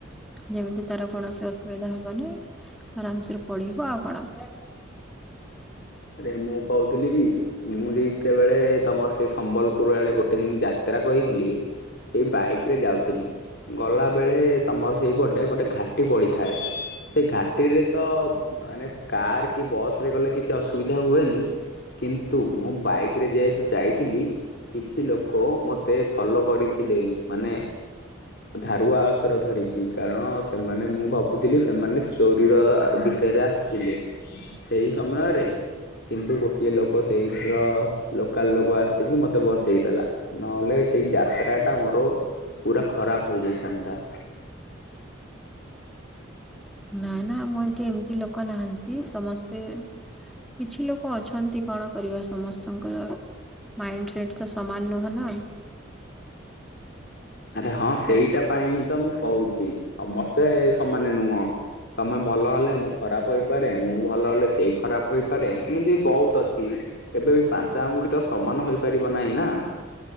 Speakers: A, in the centre; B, on the left.
A: ଯେମିତି ତାର କୌଣସି ଅସୁବିଧା ହବନି। ଆରାମସରେ ପଢିବ ଆଉ କଣ?
B: ଆରେ ମୁଁ କହୁଥିଲି କି? ମୁଁ ଯେତେବେଳେ ତମର ସେ ସମ୍ବଲପୁର ଆଡେ ଗୋଟେ ଦିନ ଯାତ୍ରା କହିଥିଲି। ଏ ବାଇକ ରେ ଯାଉଥିଲି। ଗଲା ବେଳେ ତମର ସେଇପଟେ ଗୋଟେ ଘାଟି ପଡିଥାଏ। ସେ ଘାଟିରେ ତ ମାନେ କାର କି ବସ ରେ ଗଲେ କିଛି ଅସୁବିଧା ହୁଏନି। କିନ୍ତୁ ମୁଁ ବାଇକରେ ଯେହେତୁ ଯାଇଥିଲି। କିଛି ଲୋକ ମତେ ଫଲୋ କରିଥିଲେ ମାନେ ଧାରୁଆ ଅସ୍ତ୍ର ଧରିକି କାରଣ ସେମାନେ ମୁଁ ଭାବୁଥିଲି ସେମାନେ ଚୋରିର ବିଷୟରେ ଥିଲେ ସେଇ ସମୟରେ କିନ୍ତୁ ଗୋଟିଏ ଲୋକ ସେଇଠୀର ଲୋକାଲ ଲୋକ ଆସିକି ମତେ ବଞ୍ଚେଇ ଦେଲା। ନହେଲେ ସେଇ ଯାତ୍ରା ଟା ମୋର ପୁରା ଖରାପ ହେଇଯାଇଥାନ୍ତା।
A: ନାାଇ ନା ମୁଁ ଏଠି ଏମିତି ଲୋକ ନାହାନ୍ତି ସମସ୍ତେ କିଛି ଲୋକ ଅଛନ୍ତି, କଣ କରିବା ସମସ୍ତଙ୍କର? ମାଇଣ୍ଡ ସେଟ୍ ତ ସାମାନ ନୁହଁ ନା।
B: ଆରେ ହଁ, ସେଇଟା
A: ତ
B: ପାଇଁ ହିଁ ତ ମୁଁ କହୁଛି ସମସ୍ତେ ସମାନେ ନୁହଁ। ତମେ ଭଲ ହେଲେ ମୁଁ ଖରାପ ହେଇପାରେ, ମୁଁ ଭଲ ହେଲେ ସେଇ ଖରାପ ହେଇପାରେ, ଏମିତି ବହୁତ ଅଛି। କେବେ ବି ପାଞ୍ଚ ଆଙ୍ଗୁଠି ତ ସମାନ ହେଇପାରିବ ନାହିଁ ନା।